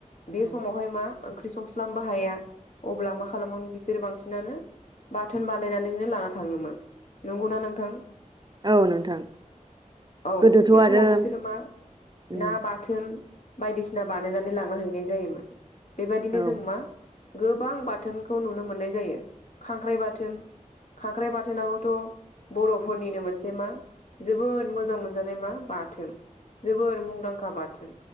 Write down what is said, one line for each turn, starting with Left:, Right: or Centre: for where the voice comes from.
Left: बे
Right: औ
Left: समावहाय मा ओंख्रि संस्ला बनोबो हाया अब्ला मा खालामो बिसोरो बांसिनानो बाथोन बानायनानैनो लाना थाङोमोन। नंगौना नोंथां
Right: ओं औ नोंथां।
Left: औ
Right: गोदोथ'
Left: बे समाव
Right: आरो
Left: बिसोरो मा
Right: उम
Left: ना बा थोन बायदिसिना बानायनानै लांना हैनाय जायोमोन। बेबायदिनो
Right: औ
Left: जों मा गोबां बाथोनखौ नुनो मोननाय जायो खांख्राइ बाथोन। खांख्राइ बाथोनाबोथ' बर'फोरनिनो मोनसे मा जोबोद मोजां मोनजानाय मा बाथोन। जोबोर मुंदांखा बाथोन।